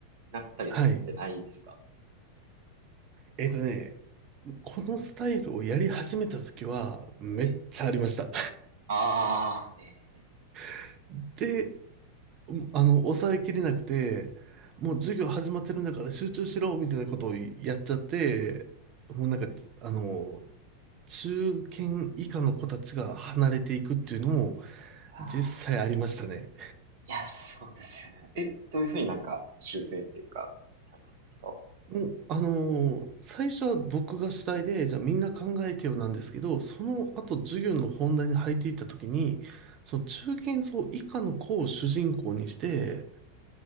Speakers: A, on the right; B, on the right.
A: なったりとかってないですか
B: はい。えっとね、このスタイルをやり始めた時は、めっちゃありました。
A: えああ、えー
B: <laughs> で、あの、抑えきれなくて、もう授業始まってるんだから集中しろ、みたいなことをやっちゃって、もうなんか、あの、中堅以下の子たちが離れていくっていうのも
A: あー
B: 実際ありましたね。
A: いや、そうですよね。え、どういうふうになんか修正っていうか、されたんですか
B: もう、あのー最初は僕が主体で、じゃあみんな考えてよなんですけど、その後授業の本題に入っていった時に、その中堅層以下の子を主人公にして、